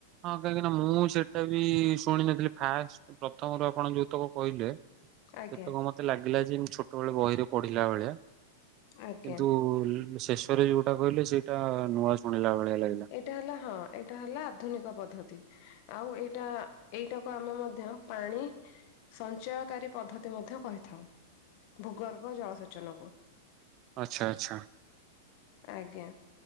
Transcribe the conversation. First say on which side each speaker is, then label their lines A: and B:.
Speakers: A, on the right; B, on the left.
A: ହଁ କାହିଁକି ନା ମୁଁ ସେଇଟା ବି ଶୁଣି ନଥିଲି ଫାଷ୍ଟ ପ୍ରଥମରୁ ଆପଣ ଯୋଉ ତକ କହିଲେ ସେତକ
B: ଆଜ୍ଞା
A: ମତେ ଲାଗିଲା ଯେ ମୁ ଛୋଟବେେଳେ ବହିରେ ପଢିଲା ଭଳିଆ।
B: ଆଜ୍ଞା।
A: କିନ୍ତୁ ଶେଷରେ ଯୋଉଟା କହିଲେ ସେଇଟା ନୂଆ ଶୁଣିଲା ଭଳିଆ। ଲାଗିଲା
B: ଏଇଟା ହେଲା ହଁ ଏଇଟା ହେଲା ଆଧୁନିକ ପଦ୍ଧତି। ଆଉ ଏଇଟା ଏଇଟାକୁ ଆମେ ମଧ୍ୟ ପାଣି ସଞ୍ଚୟକାରୀ ପଦ୍ଧତି ମଧ୍ୟ କହିଥାଉ ଭୂଗର୍ଭ ଜଳସେଚନକୁ
A: ଆଚ୍ଛା ଆଚ୍ଛା।
B: ଆଜ୍ଞା